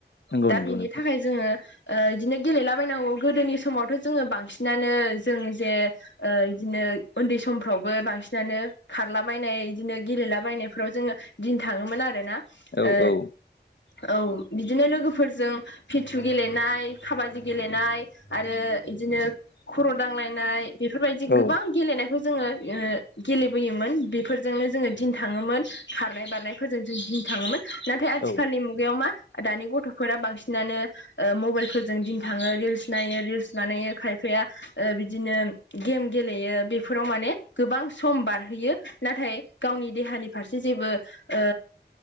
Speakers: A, on the left; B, on the left.
A: नंगौ
B: दा
A: नंगौ
B: बिनि
A: नोंथां
B: थाखाय जोङो ओ बिदिनो गेलेलाबायनांगौ गोदोनि समावथ' जोङो बांसिनानो जों जे ओ इदिनो उन्दै समफ्रावबो बांसिनानो खारलाबायनाय बिदिनो गेलेलाबायनायफ्राव जोङो दिन थाङोमोन आरोना
A: औ
B: ऐ
A: औ
B: औ बिदिनो लोगोफ फोरजों फिथु गेलेनाय खाबादि गेलेनाय आरो इदिनो खर' दांलायनाय बेफोरबायदि
A: औ
B: गोबां गेलेनाय जोङो गेलेबोयोन बेफोरजोंनो जोङो दिन थाङोमोन खारनाय बारनाय फोरजों जों दिन थाङोमोन नाथाय आथिखालनि
A: औ
B: मुगायाव मा दानि गथ' फोरा बांसिनानो मबाइलफोरजों दिन थाङो रिल्स नायो रिल्स बानायो खायफाया। ओ बिदिनो गेम गेलेयो बेफोराव माने गोबां सम बारहोयो। नाथाय गावनि देहानि फारसे जेबो ओ